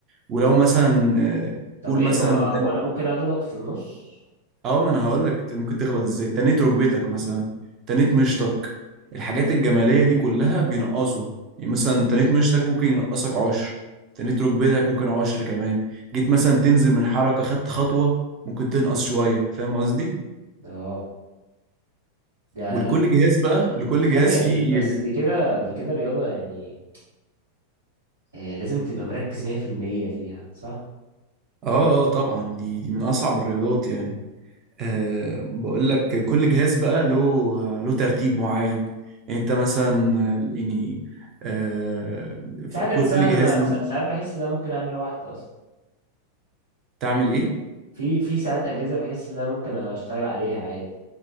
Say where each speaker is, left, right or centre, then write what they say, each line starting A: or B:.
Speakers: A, on the right (about 30°); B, on the right (about 75°).
A: ولو مثلا آه،
B: طب
A: قول
B: إيه
A: مثلا
B: ده و... وأنا ممكن أغلط في النص
A: اه ما انا هقول لك ممكن تغلط ازاي تنيت ركبتك مثلا تنيت مشطك الحاجات الجماليه دي كلها بينقصوا يعني مثلا تنيت مشطك ممكن ينقصك عشر تنيت ركبتك ممكن عشر كمان جيت مثلا تنزل من حركه خدت خطوه ممكن تنقص شويه فاهم قصدي
B: أه ده
A: ولكل
B: ال-
A: جهاز بقى
B: دي
A: لكل
B: دي ثانية
A: جهاز
B: دي
A: فيه
B: بس دي كده دي كده رياضة يعني آه لازم تبقى مركز 100% فيها صح
A: اه اه طبعا دي دي من اصعب الرياضات يعني أه بقول لك كل جهاز بقى له له ترتيب معين يعني انت مثلا يعني أه في
B: في حاجات
A: كل
B: سهلة
A: جهاز
B: أنا سا- ساعات بحس إن أنا ممكن أعملها واحدة أصلا
A: تعمل ايه
B: في في ساعات أجهزة بحس إن أنا ممكن أشتغل عليها عادي